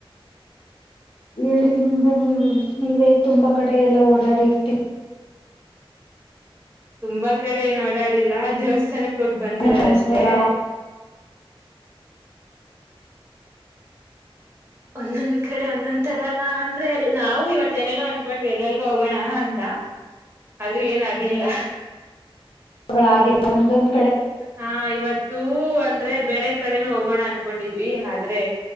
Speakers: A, on the left; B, on the right.
A: ಹೇಳಿ ನೀವ ನೀವು ನೀವೇ ತುಂಬಾ ಕಡೆ ಎಲ್ಲ ಓಡಾಡಿರ್ತೀರಿ
B: ತುಂಬಾ ಕಡೆ ಏನ್ ಓಡಾಡಿ ಲ್ಲ ದೇವಸ್ಥಾನಕ್ಕೆ <inaudible> ೋಗ ಬಂದಿರೋದಷ್ಟೇ
A: ಮತ್ತೊಂದರ
B: ಹ ಒಂದೊಂದ್ ಕಡೆ ಒಂದೊಂದ್ ತರಾನ ಅಂದ್ರೆ ನಾವು ಇವತ್ತೇಏನೇನೋ ಅನ್ಕೊಂಡ್ವಿ ಎಲ್ಲಲ್ಗ ಹೋಗೋಣ ಅಂತ ಆದ್ರೂ ಏನ್ ಆಗ್ಲಿಲ್ಲ
A: ಗಳಾಗಿರುವ ಒಂದೊಂದು
B: ಹಾ ಇವತ್ತುೂ ಅಂದ್ರೆ ಬೇರೆ ಕಡೆನ ಹೋಗೋಣ ಅನ್ಕೊಂಡಿದ್ವಿ ಆದ್ರೆ